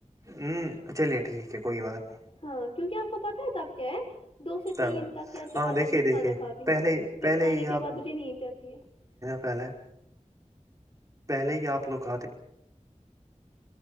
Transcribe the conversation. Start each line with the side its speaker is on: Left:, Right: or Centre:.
Right: ہوں چلیے ٹھیک ہے کوئی بات نہیں
Left: ہاں کیونکہ آپ کو پتا ہے تب کیا ہے دو سے
Right: تب
Left: تین تک یا چار
Right: ہاں دیکھیے
Left: تک میں
Right: دیکھیے
Left: کھانا کھاتی
Right: پہلے
Left: ہوں پھر
Right: پہلے
Left: کھانے
Right: ہی
Left: کے
Right: آپ
Left: بعد مجھے نیند جاتی ہے
Right: پہلے پہلے ہی آپ لوگ کھاتے